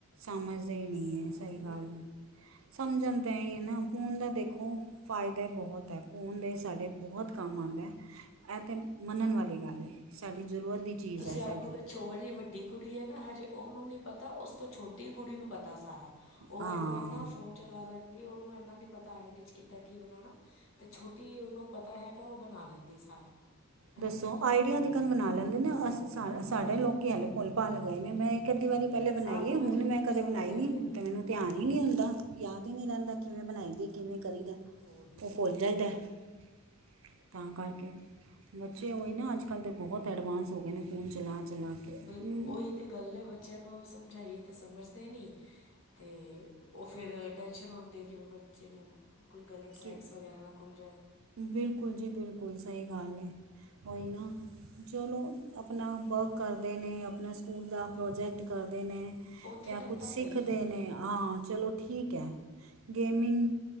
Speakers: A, on the right; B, on the left.
A: ਸਮਝਦੇ ਹੀ ਨਈ
B: ਸਮਝਦੇ
A: ਏ ਸਹੀ ਗੱਲ
B: ਹੀ ਨਹੀਂ
A: ਏ, ਸਮਝਣ ਤਾਂ ਹੀ ਏ ਨਾ ਹੁਣ ਦਾ ਦੇਖੋ ਫ਼ਾਇਦੇ ਬਹੁਤ ਹੈ ਫੋਨ ਦੇ ਸਾਡੇ ਬਹੁਤ ਕੰਮ ਆਂਦਾ ਏਹ ਤੇ ਮੰਨਣ ਵਾਲੀ ਗੱਲ ਏ, ਸਾਡੀ ਜ਼ਰੂਰਤ ਦੀ ਚੀਜ਼
B: ਤੁਸੀਂ
A: ਹੈ ਸਾਡੇ
B: ਆਖੋਗੇ ਛੋ ਮੇਰੀ ਵੱਡੀ ਕੁੜੀ ਹੈ ਨਾ ਹਜੇ ੳਨੂੰ ਨੀ ਪਤਾ ੳਸ ਤੋਂ ਛੋਟੀ ਕੁੜੀ ਨੂੰ ਪਤਾ ਸਾਰਾ। ੳਹ
A: ਹਾਂ
B: ਵੇਖੋ ਏਨਾ ਫੋਨ ਚਲਾ ਲੈਂਦੀ ੳਨੂੰ ਏਨਾ ਨੀ ਪਤਾ ਆਈਡੀ ਚ ਕਿੱਦਾਂ ਕੀ ਬਣਾਨਾ ਤੇ ਛੋਟੀ ੳਨੂੰ ਪਤਾ ਹੈਗਾ, ੳਹ ਬਨਾ ਲੈਂਦੀ ਹੈ ਸਾਰਾ। ਹੈਂ
A: ਦੱਸੋ ਆਈਡੀਆ ਤਿਕਨ ਬਣਾ ਲੈਂਦੇ ਨੇ
B: ਦੱਸੋ
A: ਅਸੀ ਸਾ ਸਾਡੇ ਲੋਕੀ ਅਲੇ ਭੁਲ ਭਲ ਗਏ ਨੇ ਮੈਂ ਇੱਕ ਅੱਧੀ
B: ਹਾਂ
A: ਵਾਰੀ ਪਹਲੇ ਬਨਾਈ
B: ਸਾਨੂੰ
A: ਏ, ਹੁਣ
B: ਹਜੇ
A: ਮੈਂ
B: ਨਹੀਂ
A: ਕਦੇ
B: ਸਮਝ
A: ਬਨਾਈ
B: ਆਈ
A: ਨੀ। ਹੁਨ
B: ਇੰਨੀ
A: ਤੇ ਮੈਨੂੰ ਧਿਆਨ ਹੀ ਨੀ ਹੁੰਦਾ, ਯਾਦ ਈ ਨੀ ਰਹੰਦਾ ਕਿਵੇਂ ਬਣਾਈ ਦੀ? ਕਿਵੇਂ ਕਰੀ ਦਾ?
B: ਉਹੀ
A: ੳਹ
B: ਤੇ
A: ਭੁਲ ਜਾਈ ਦਾ ਤੇ ਤਾਂ ਕਰਕੇ ਬੱਚੇ ਓਹੀ ਨਾ ਅੱਜ ਕਲ ਦੇ ਬਹੁਤ ਐਡਵਾਂਸ ਹੋ ਗਏ ਨੇ ਫੋਨ ਚਲਾ ਚਲਾ ਕੇ
B: ਬਿਲਕੁ ੳਹੀ ਤੇ ਗੱਲ ਏ, ਬੱਚੇਆਂ ਨੂੰ ਅੱਗ ਸਮਝਾਈਏ ਤੇ ਸਮਝਦੇ ਨੀ। ਤੇ ੳਹ ਫੇਰ ਟੈਂਸ਼ਨ ਹੁੰਦੀ ਕਿ ਬੱਚੇ ਨੂੰ ਕੋਈ ਗਲਤ ਸਾਈਡਸ
A: ਕਿ
B: ਵਗੈਰਾ ਨਾ ਖੁੱਲ ਜਾਏ।
A: ਬਿਲਕੁਲ ਜੀ ਬਿਲਕੁਲ। ਸਹੀ ਗੱਲ ਏ। ਓਹੀ ਨਾ ਜੋ ਲੋਕ ਅਪਨਾ ਵਰਕ ਕਰਦੇ ਨੇ, ਅਪਨਾ ਸਕੂਲ ਦਾ ਪ੍ਰੋਜੈਕਟ ਕਰਦੇ ਨੇ
B: ਉੱਥੇ
A: ਯਾ
B: ਤੱਕ
A: ਕੁਛ
B: ਤਾਂ
A: ਸਿੱਖਦੇ
B: ਸਹੀ ਆ
A: ਨੇ, ਹਾਂ ਚਲੋ ਠੀਕ ਏ। ਗੇਮਿੰਗ